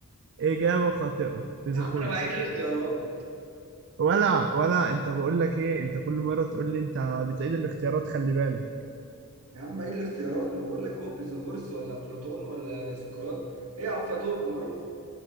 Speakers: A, on the right; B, on the right.
A: إجابة خاطئة فيثاغورس
B: يا عم انا بعيد الاختيارات
A: ولا ولا أنت بقول لك إيه أنت كل مرة تقول لي أنت بتعيد الاختيارات خلي بالك
B: يا عم بعيد الاختيارات ما انا بقول لك اهو فيثاغورس ولا افلاطون ولا سقراط هي افلاطون معروف